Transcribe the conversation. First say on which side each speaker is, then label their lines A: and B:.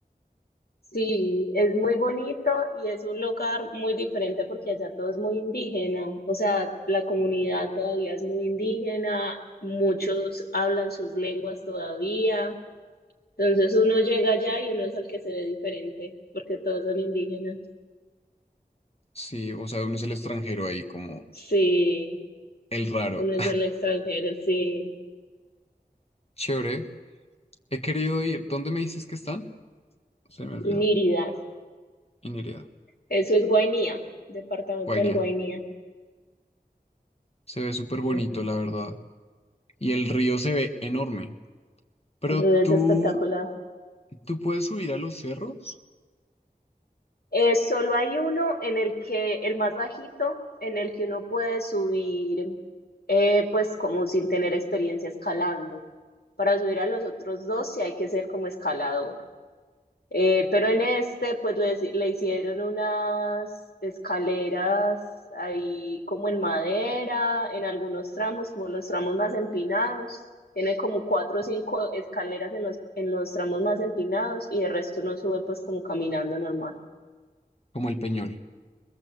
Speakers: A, on the left (about 70°); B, on the left (about 40°).
A: Sí, es muy bonito y es un lugar muy diferente porque allá todo es muy indígena, o sea, la comunidad todavía es muy indígena, muchos hablan sus lenguas todavía, entonces uno llega allá y uno es el que se ve diferente porque todos son indígenas.
B: Sí, o sea, uno es el extranjero ahí, como
A: Sí,
B: el raro.
A: uno es el extranjero, sí,
B: <laughs> Chévere. He querido ir. ¿Dónde me dices que están? Se me olvidó.
A: y Nírida,
B: Inirida.
A: eso es Guainía, departamento
B: Guainia.
A: del Guainía,
B: Se ve súper bonito,
A: Mm,
B: la verdad. Y el río se ve enorme. Pero
A: el río
B: tú,
A: es espectacular.
B: tú puedes subir a los cerros,
A: Eh, solo hay uno en el que, el más bajito, en el que uno puede subir, eh, pues como sin tener experiencia escalando. Para subir a los otros dos sí hay que ser como escalador. Eh, pero en este, pues le, le hicieron unas escaleras ahí como en madera, en algunos tramos, como los tramos más empinados. Tiene como cuatro o cinco escaleras en los, en los tramos más empinados y el resto uno sube pues como caminando normal.
B: como el Peñol,